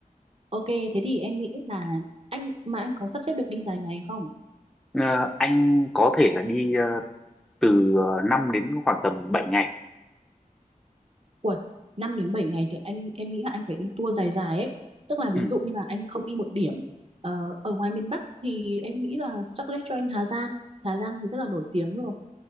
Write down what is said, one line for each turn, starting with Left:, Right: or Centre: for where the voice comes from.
Right: Ok, thế thì em nghĩ là anh mà anh có sắp xếp được đi dài ngày không?
Centre: Ờ, anh có thể là đi ờ, từ uh, 5 đến khoảng tầm 7 ngày.
Right: Ui, 5 đến 7 ngày thì anh em nghĩ là anh phải đi tour dài dài ấy. Tức là ví
Centre: Ừ,
Right: dụ như là anh không đi một điểm ờ, ở ngoài miền Bắc thì em nghĩ là suggest cho anh Hà Giang. Hà Giang thì rất là nổi tiếng rồi.